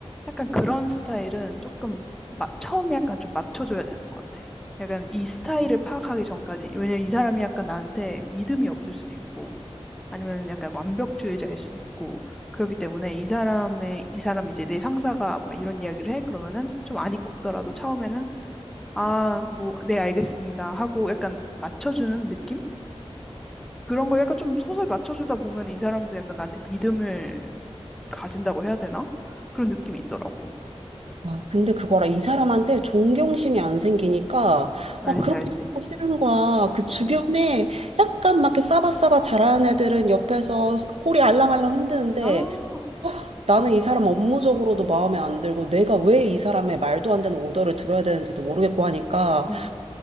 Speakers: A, in the centre; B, on the right.
A: 약간 그런 스타일은 조금 마, 처음에 약간 좀 맞춰줘야 되는 것 같아. 약간 이 스타일을 파악하기 전까지, 왜냐면 이 사람이 약간 나한테 믿음이 없을 수도 있고, 아니면 약간 완벽주의자일 수도 있고, 그렇기 때문에 이 사람의, 이 사람 이제 내 상사가 막 이런 이야기를 해? 그러면은 좀 안 입굽더라도 처음에는, 아, 뭐, 네, 알겠습니다. 하고 약간 맞춰주는 느낌? 그런 걸 약간 좀 서서히 맞춰주다 보면 이 사람도 약간 나한테 믿음을 가진다고 해야 되나? 그런 느낌이 있더라고.
B: 아, 근데 그거라 이 사람한테 존경심이 안 생기니까
A: 알지,
B: 아 그렇게
A: 알지.
B: 하기 싫은 거야. 그
A: 음.
B: 주변에 약간 막 이렇게 싸바싸바 잘하는 애들은 옆에서 꼬리 알랑알랑 흔드는데
A: 아,
B: 나는 이 사람 업무적으로도 마음에 안 들고 내가 왜 이 사람의 말도 안 되는 오더를 들어야 되는지도 모르겠고 하니까
A: 음,